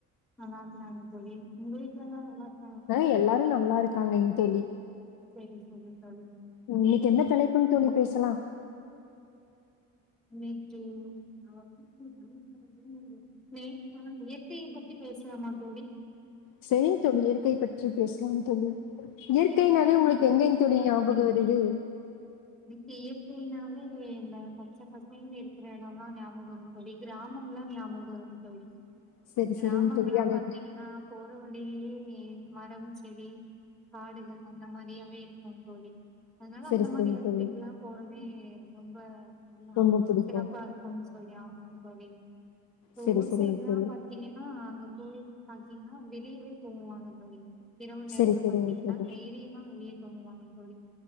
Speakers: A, in the centre; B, on the left.
A: ஆனா நானு போயி உங்களுக்கு வேனா நல்லார்க்
B: க எல்லாரு நல்லா இருக்காங்கைங் தோழி
A: செரி செரி தோழி
B: இன்னைக்கு எந்த தலைப்புங் தோழி பேசலா
A: இன்னைக்கி <unintelligible> லேக்கு இயற்கைய பத்தி பேசலாமா தோழி
B: சேரிங் தோழி இயற்கை பற்றி பேசலா தோழி இயற்கையினாலே
A: நீங்களே
B: உங்களுக்கு எங்கெங் தோழி ஞாபக வர் ருது
A: எனக்கு இயற்கைனாவே இந்த பச்ச பசைனு இருக்கிற இடொல்லா ஞாபக வருது தோழி கிராமம்ல்லா ஞாபக வரு தோழி
B: செரி
A: கிராமம்ல்லா
B: செரிங் தோழி ஆனா
A: பாத்தீங்கனா போற வழியிலியே மரம் செடி காடுகள் அந்த மாரியாவே இருக்கு தோழி அதனால
B: செரி
A: அந்த
B: செரிங்
A: மாரி எடத்துக்லா
B: தோழி
A: போறதே ரொம்ப ஆமா
B: ரொம்ப
A: ம்
B: புடிக்கு
A: சிறப்பா இருக்கனு சொல்லி ஆமாங் தோழி
B: செரி
A: ஊர்
B: செரிங்
A: சைட்லா
B: தோழி
A: பாத் தீங்கனா அங்க போய் பாத்தீங்னா வெளியவே தூங்குவாங்க தோழி இரவு நேரத்துல
B: செரி செரிங்
A: பாத்தீங்கனா
B: தோழி
A: தைரியமா வெளியே தூங்குவாங்க தோழி